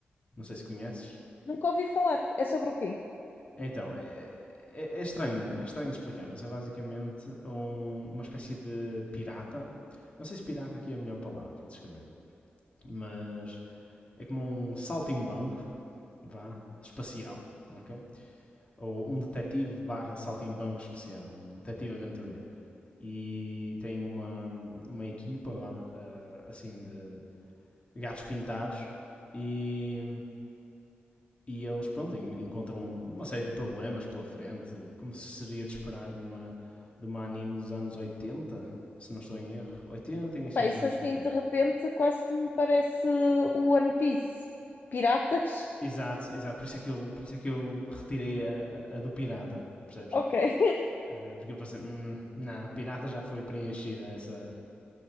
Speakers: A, on the left; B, on the left.
A: não sei se conheces.
B: Nunca ouvi falar. É sobre o quê?
A: Então, é, é, é estranho, é estranho de explicar, mas é basicamente um- uma espécie de pirata. Não sei se pirata aqui é a melhor palavra para descrever, mas é como um saltimbanco, vá, espacial, ok? Ou um detetive barra saltimbanco especial, um detetive aventureiro. E tem uma, uma equipa, vá, eh, assim, de gatos pintados e, e eles, pronto, encontram uma série de problemas pela frente, como se seria de esperar de uma, de uma anime dos anos 80, se não estou em erro. 80, início
B: Epá,
A: dos
B: isso
A: anos
B: assim
A: 90.
B: de repente quase que me parece o One Piece. Piratas?
A: Exato, exato. Por isso é que eu, por isso é que eu retirei a, a- a do pirata, percebes?
B: Ok. <laughs>
A: Ah, porque eu pensei, hum, não, pirata já foi preenchida essa,